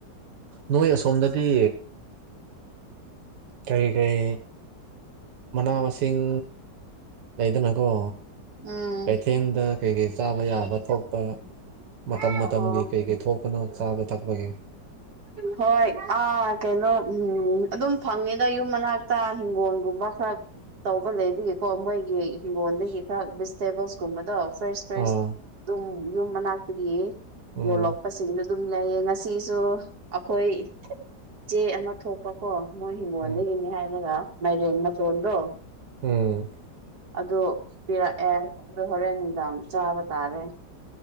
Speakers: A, on the right; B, on the right.
A: ꯅꯣꯏ ꯑꯁꯣꯝꯗꯗꯤ ꯀꯔꯤ ꯀꯔꯤ ꯃꯅꯥ ꯃꯁꯤꯡ ꯂꯩꯗꯅꯀꯣ
B: ꯎꯝ
A: ꯀꯩꯊꯦꯜꯗ ꯀꯩ ꯀꯩ ꯆꯥꯕ ꯌꯥꯕ ꯊꯣꯛꯄ ꯃꯇꯝ
B: ꯑꯣ
A: ꯃꯇꯝꯒꯤ ꯀꯩ ꯀꯩ ꯊꯣꯛꯄꯅ ꯆꯥꯕ ꯊꯛꯄꯒꯤ
B: ꯍꯣꯏ ꯑꯥ ꯀꯩꯅꯣ ꯎꯝ ꯑꯗꯨꯝ ꯐꯪꯉꯦꯗ ꯌꯨꯝ ꯃꯅꯥꯛꯇ ꯍꯤꯡꯒꯣꯜꯒꯨꯝꯕ ꯈꯔ ꯇꯧꯕ ꯂꯩꯕꯒꯤꯀꯣ ꯃꯣꯏꯒꯤ ꯍꯤꯡꯒꯣꯜꯗꯒꯤ ꯈꯔ ꯚꯤꯖꯤꯇꯦꯕꯜꯁꯀꯨꯝꯕꯗꯣ ꯐ꯭ꯔꯦꯁ ꯐ꯭ꯔꯦꯁ
A: ꯑꯥ
B: ꯑꯗꯨꯝ ꯌꯨꯝ ꯃꯅꯥꯛꯇꯒꯤ
A: ꯎꯝ
B: ꯌꯣꯜꯂꯛꯄꯁꯤꯡꯗ ꯑꯗꯨꯝ ꯂꯩꯌꯦ ꯉꯁꯤꯁꯨ ꯑꯩꯈꯣꯏ ꯆꯦ ꯑꯃ ꯊꯣꯛꯄ ꯑꯣ ꯃꯣꯏ ꯍꯤꯡꯒꯣꯜꯗꯒꯤꯅꯤ
A: ꯎꯝ
B: ꯍꯥꯏꯔꯒ ꯃꯥꯏꯔꯦꯟ ꯃꯇꯆꯣꯟꯗꯣ
A: ꯎꯝ
B: ꯑꯗꯨ ꯄꯤꯔꯛꯑꯦ ꯑꯗꯨ ꯍꯣꯔꯦꯟ ꯅꯨꯡꯗꯥꯡ ꯆꯥꯕ ꯇꯥꯔꯦ